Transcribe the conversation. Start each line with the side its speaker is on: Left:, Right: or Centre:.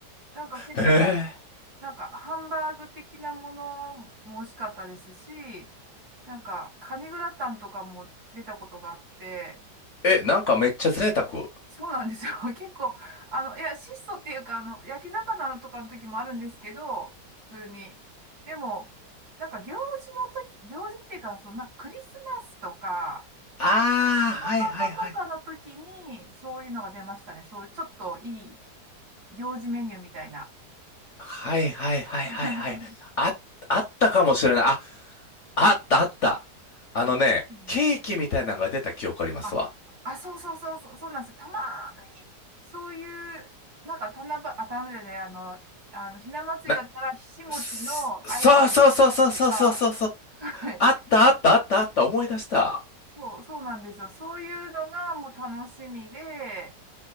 Right: なんか、結構、
Left: <laughs> え
Right: なんか、ハンバーグ的なものも美味しかったですし、なんか、カニグラタンとかも出たことがあって、
Left: え、えなんかめっちゃ贅沢。
Right: そうなんですよ。<laughs> 結構、あの、いや、質素っていうか、あの、焼き魚とかの時もあるんですけど、普通に。でも、なんか行事の時、行事っていうか、そんなクリスマスとか、
Left: ああ、
Right: 大ババとかの時に、
Left: はいはいはい。
Right: そういうのが出ましたね。そういうちょっといい行事メニューみたいな。
Left: はいはいはいはいはい。
Right: <laughs>
Left: あ、あったかもしれない。あ、あったあった。あのね、
Right: うん
Left: ケーキみたいなのが出た記憶ありますわ。
Right: あ、あ、そうそうそう、そうそうなんです。たまに、そういう、なんか、七夕、あ、七夕じゃない、あの、あの、ひな祭りだったら、
Left: な、
Right: ひしもちのアイコン
Left: すそうそうそうそうそうそうそうそう。
Right: とか、<laughs> はい
Left: あったあったあったあった。思い出した。
Right: あそう、そうなんですよ。そういうのがもう楽しみで、